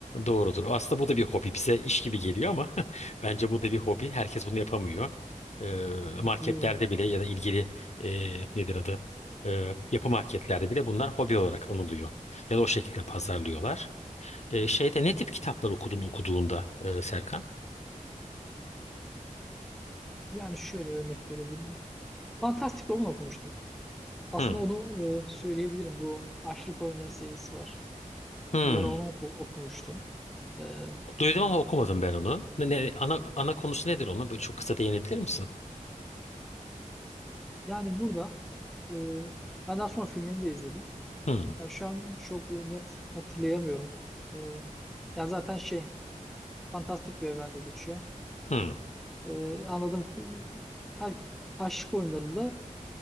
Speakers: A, on the left; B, in the centre.
A: Doğrudur. Aslında bu da bir hobi. Bize iş gibi geliyor ama <laughs> bence bu da bir hobi. Herkes bunu yapamıyor. Ee, marketlerde
B: Katılıyorum.
A: bile ya da ilgili e, nedir adı? Ee, yapı marketlerde bile bunlar hobi olarak anılıyor. Ya da o şekilde pazarlıyorlar. Ee, şeyde ne tip kitaplar okudun okuduğunda e, Serkan?
B: Yani şöyle örnek verebilirim. Fantastic Robin okumuştum. Aslında
A: Hmm.
B: onu e, söyleyebilirim. Bu Açlık Oyunları serisi var.
A: Hmm.
B: Bir ara onu oku- okumuştum. E,
A: Duydum ama okumadım ben onu. Ne, ne- ana, ana konusu nedir onun? Böyle çok kısa değinebilir misin?
B: yani burada e, ben daha sonra filmini de izledim.
A: Hmm.
B: Yani şu an çok net hatırlayamıyorum. E, yani zaten şey fantastik bir evrende geçiyor.
A: Hmm.
B: E, anladım. E, Her aşk oyunlarında